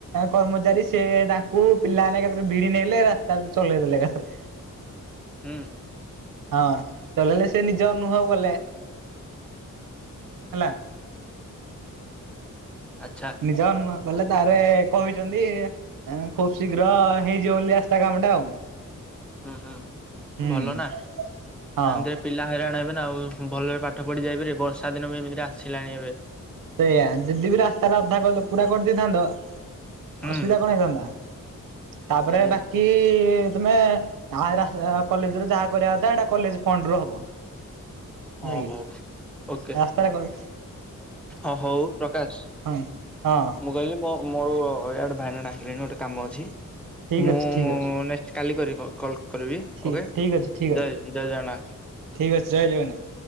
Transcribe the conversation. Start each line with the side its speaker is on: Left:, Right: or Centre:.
Right: କର୍ମଚାରୀ ସେ ତାଙ୍କୁ ପିଲାମାନେ ଏକାଥରେ ଭିଡି ନେଲେ ରାସ୍ତାରେ ଚଲେଇ ଦେଲେ ଏକାଥରେ।
Centre: ହୁଁ?
Right: ହଁ ଚଲେଇଲେ ସେ ନିଜ ଅନୁଭବ କଲେ ହେଲା।
Centre: ଆଚ୍ଛା।
Right: ନିଜେ ଅନୁଭବ କଲେ ତାପରେ କହିଚନ୍ତି ଏଁ ଖୁବ୍ ଶୀଘ୍ର ହେଇଯିବ ବୋଲି ରାସ୍ତା କାମ ଟା ଆଉ।
Centre: ହୁଁ ହୁଁ
Right: ହୁଁ
Centre: ଭଲ ନା
Right: ହଁ।
Centre: ଏମିତିରେ ପିଲା ହଇରାଣ ହେବେ ନା ଆଉ ଭଲରେ ପାଠ ପଢି ଯାଇପାରିବେ ବର୍ଷା ଦିନ ବି ଏମିତିରେ ଆସିଲାଣି ଏବେ।
Right: ସେୟା ଯଦି ବି ରାସ୍ତାଟା ଅଧା କଲ ପୁରା କରିଦେଇଥାନ୍ତ।
Centre: ହୁଁ
Right: ଅସୁବିଧା କଣ ହେଇଥାନ୍ତା ତାପରେ
Centre: ହୁଁ
Right: ବାକି ତୁମେ ହାଏଇରା ଏ ଆ କଲେଜରୁ ଯାହା କରିବା କଥା ଏଇଟା କଲେଜ ଫଣ୍ଡରୁ ହବ।
Centre: ହଁ
Right: ହେଲା କିି
Centre: ହଉ ଓକେ
Right: ରାସ୍ତାରେ କହି
Centre: ହଁ ହୋଉ ପ୍ରକାଶ୍
Right: ହଁ ହଁ
Centre: ମୁଁ କହିଲି ମୋ ମୋର ଇଆଡେ ଭାଇନା ଡାକିଲେଣି ଗୋଟେ କାମ ଅଛି।
Right: ଠିକ୍
Centre: ମୁଁ
Right: ଅଛି ଠିକ୍
Centre: ନେକ୍ସଟ କାଲି କରିବି କଲ୍ କଲ୍ କରିବି
Right: ଅଛି
Centre: ଓକେ?
Right: ଠିକ୍ ଅଛି ଠିକ୍
Centre: ଜୟ
Right: ଅଛି
Centre: ଜୟ ଜଗନ୍ନାଥ।
Right: ଠିକ୍ ଅଛି ଜୟ ଜଗନ୍ନାଥ।